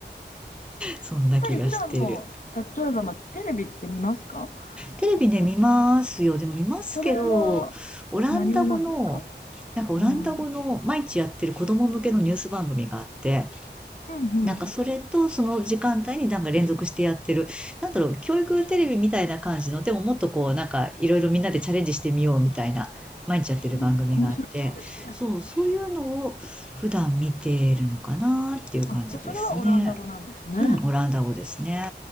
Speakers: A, in the centre; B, on the left.
A: そんな気がしている。
B: やっぱり普段も、例えば、まあ、テレビって見ますか
A: テレビね、
B: あお
A: 見ますよ。でも見ますけど、
B: それは
A: オランダ語の、
B: 何語なんですか
A: なんかオランダ語の毎日やってる子供向けのニュース番組があって、
B: うん。うんうん。
A: なんかそれとその時間帯になんか連続してやってる、なんだろう、教育テレビみたいな感じの、でももっとこう、なんかいろいろみんなでチャレンジしてみようみたいな、毎日やってる番組があって、
B: うん、面白そうですね。
A: そう、そういうのを普段見ているのかなっていう感じですね。
B: あ、じゃあそれはオランダ語なんですね。
A: うん、オランダ語ですね。